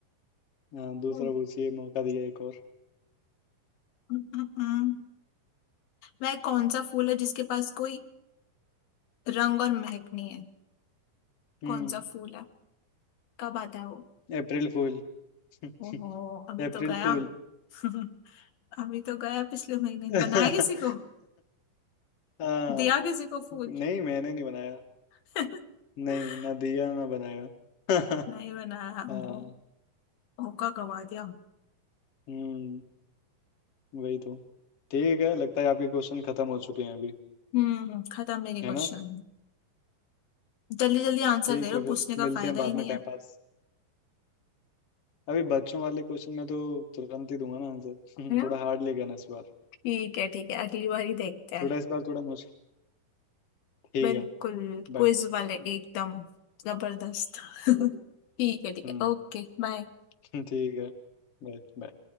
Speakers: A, on the left; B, on the left.
A: हाँ दूसरा
B: हम्म,
A: पूछिए मौका दिया एक और
B: हम्म, हम्म। वह कौन सा फूल है जिसके पास कोई रंग और महक नहीं है
A: हम्म
B: कौन सा फूल है कब आता है वो
A: अप्रैल फूल <laughs>
B: ओहो
A: अप्रैल
B: अभी तो गया
A: फूल
B: <laughs> अभी तो गया पिछले महीने
A: <laughs>
B: बनाया किसी को
A: हाँ
B: दिया किसी को फूल
A: नहीं मैंने नहीं बनाया
B: <laughs>
A: नहीं ना दिया ना बनाया <laughs>
B: नहीं बनाया
A: हाँ
B: ओहो मौका गवा दिया
A: हम्म वही तो ठीक है लगता है आपके क्वेश्चन खत्म हो चुके हैं अभी
B: हम्म खत्म मेरे
A: है
B: क्वेश्चन
A: ना
B: जल्दी जल्दी आंसर
A: ठीक
B: दे रहे
A: है
B: हो
A: फिर
B: पूछने का
A: मिलते
B: फायदा
A: हैं बाद
B: ही
A: में
B: नहीं
A: टाइम पास अभी बच्चों वाले क्वेश्चन में तो तुरंत ही दूंगा ना आंसर
B: है
A: <laughs> थोड़ा हार्ड ले गया ना इस बार
B: ठीक है ठीक है अगली बारी देखते हैं
A: थोड़ा इस बार थोड़ा मुश्किल ठीक
B: बिल्कुल
A: है बाय
B: क्विज वाले एकदम जबरदस्त <laughs> ठीक है ठीक
A: हम्म
B: है ओके बाय
A: <laughs> ठीक है Bye bye